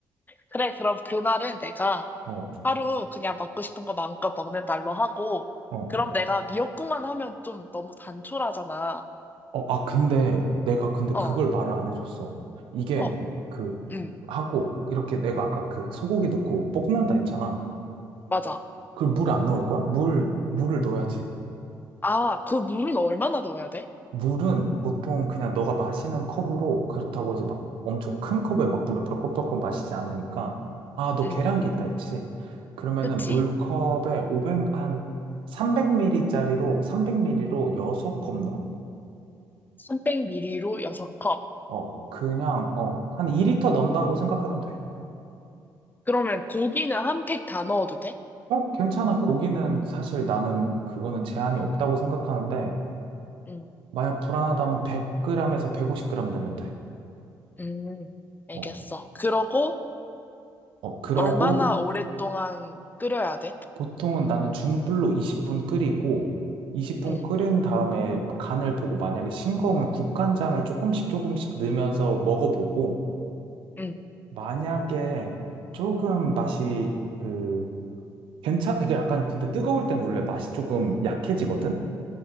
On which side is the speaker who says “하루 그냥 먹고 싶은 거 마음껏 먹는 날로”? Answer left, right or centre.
Left